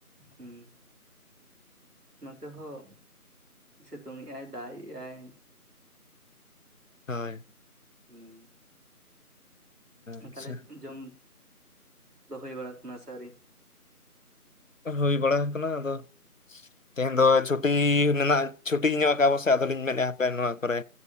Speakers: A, on the right; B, on the left.
A: ᱦᱩᱸ ᱱᱚᱛᱮ ᱦᱚᱸ ᱥᱤᱛᱩᱝ ᱮᱜ ᱟᱭ ᱫᱟᱜᱮᱜ ᱼᱟᱭ
B: ᱦᱳᱭ,
A: ᱦᱩᱸ,
B: ᱟᱪᱪᱷᱟ
A: ᱛᱟᱦᱞᱮ ᱡᱚᱢ ᱫᱚ ᱦᱳᱭ ᱵᱟᱲᱟ ᱠᱟᱱᱟ ᱥᱮ ᱟᱣᱹᱨᱤ,
B: ᱦᱩᱭ ᱵᱟᱲᱟ ᱟᱠᱟᱱᱟ ᱟᱫᱚ ᱛᱮᱦᱮᱧ
A: ᱦᱩᱸ
B: ᱫᱚ
A: ᱦᱩᱸ
B: ᱪᱷᱩᱴ ᱴᱤ ᱢᱮᱱᱟᱜ ᱪᱷᱩᱴᱤ ᱧᱚᱜ ᱠᱟᱜᱼᱟ ᱠᱚ ᱥᱮ ᱟᱫᱚᱞᱤᱧ ᱢᱮᱱᱮᱫ ᱦᱟᱯᱮ ᱱᱚᱣᱟ ᱠᱚᱨᱮ